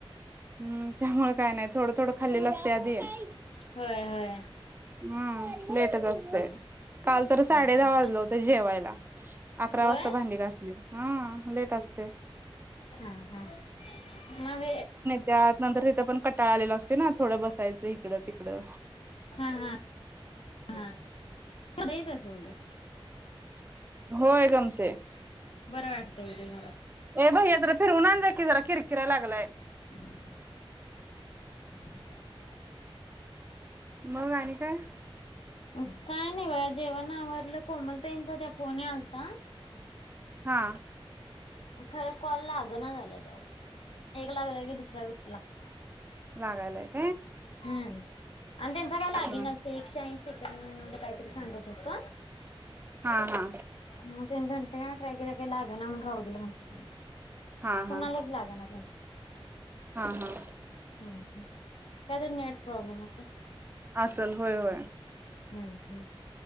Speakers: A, on the right; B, on the left.
A: हम् त्यामुळे काय नाही थोडं थोडं खालेल असते आधी आहे
B: होय होय
A: हम्म लेट जा अस असतते
B: हा
A: काल तर साडे
B: हा
A: दहा
B: हा.
A: वाजलं होतं जेवायला अकरा
B: होय
A: वाजता भांडी घासली हा लेट अस
B: हा हा मग
A: त्यानंतर तिथं पण कटाळा आलेला असतोय ना थोडं बसायचं इिकडं तिकडं
B: हा हा. हा होतंय तसं उलट
A: होय गमते.
B: बरं वाटतंय ते घरात.
A: ए भैय्या जरा फिरवून आन जा की जरा कीर किराय लागलाय.
B: <unintelligible>
A: मग आणि काय.
B: काय नाही बया जेवण आवरलं कोमलताईचा त्या फोन आलता.
A: हा
B: खरं कॉल लाग ना झालंता एक लागलं की दुसऱ्या व्यस्त लागतो.
A: जागालईक.
B: हम्म आणि त्यांच काय लागेना
A: हा
B: त्याचा काय एकशे ऐंशी सेकंद काहीतरी सांगत. तेत.
A: हा हा...
B: मग ट्राय केला काय लाग ना राऊ दिलं म्हटलं
A: हा
B: कुणालाच
A: हा
B: लागना ते
A: हा हा....
B: हम्म हम् का तर नेट प्रॉब्लेम असे.
A: असल होय होय
B: हम्म